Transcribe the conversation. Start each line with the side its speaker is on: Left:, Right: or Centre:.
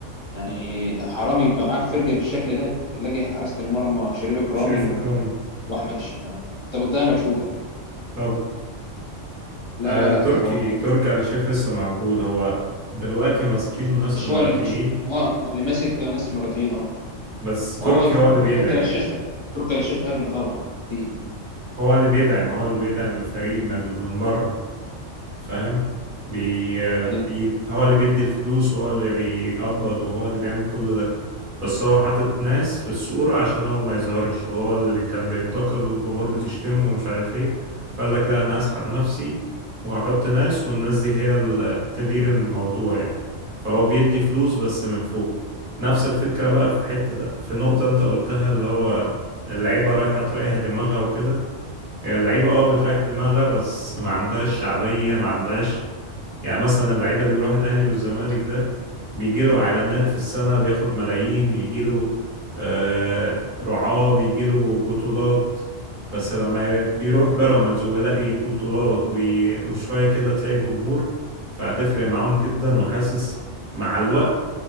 Left: يعني حرام يبقى معاك فرجة بالشكل ده وتلاقي حراسة المرمى شريف إكرامي
Right: شريف
Left: و...
Right: إكرام
Left: وأحمد الشناوي يعني أنت بتضيع مجهودك يعني.
Right: طب
Left: لا
Right: آه
Left: لا لا
Right: تركي
Left: ده هو
Right: تركي آل الشيخ لسه موجود هو دلوقتي ماسكينه ناس
Left: مش
Right: إماراتيين
Left: هو اللي مش... آه اللي ماسك ناس إماراتيين آه
Right: بس تركي
Left: فهو ترك
Right: هو اللي بيدعم
Left: تركي آل الشيخ
Right: يعني
Left: تركي آل الشيخ أغنى طبعا كتير
Right: هو اللي بيدعم هو اللي بيدعم الفريق من من بره فاهم بي... بي...
Left: يعني
Right: هو اللي بيدي الفلوس وهو اللي بيقبض وهو اللي بيعمل كل ده بس هو حاطط ناس في الصورة عشان هو ما يظهرش وهو اللي بي- كان بينتقد والجمهور بتشتمه ومش عارف ايه فقال لك لا انا هسحب نفسي واحط ناس والناس دي هي اللي تدير الموضوع يعني فهو بيدي فلوس بس من فوق نفس الفكرة بقى في حتة في نقطة انت قلتها اللي هو اللعيبة رايحة تريح دماغها وكده هي اللعيبة اه بتريح دماغها بس ما عندهاش شعبية ما عندهاش يعني مثلا اللعيبة اللي بيروح الأهلي والزمالك ده بيجيله إعلانات في السنة بياخد ملايين بيجيله آه رعاة بيجيله بطولات بس لما يروح بيراميدز ويلاقي بطولات وي- وشوية كده تلاقي جمهور فهتفرق معاهم جدا وحاسس مع الوقت